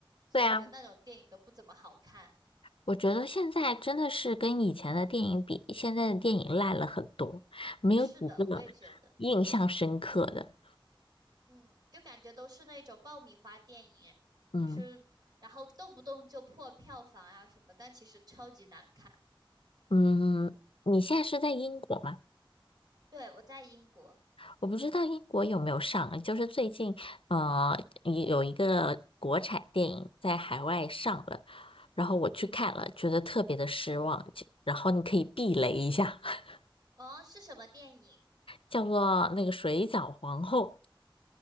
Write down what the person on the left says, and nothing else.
对啊，我觉得现在真的是跟以前的电影比，现在的电影烂了很多，没有几个
印象深刻的。
嗯
嗯，你现在是在英国吗？
我不知道英国有没有上啊，就是最近呃有一个国产电影在海外上了，然后我去看了，觉得特别的失望。就然后你可以避雷一下，<laughs>
叫做那个《水饺皇后》。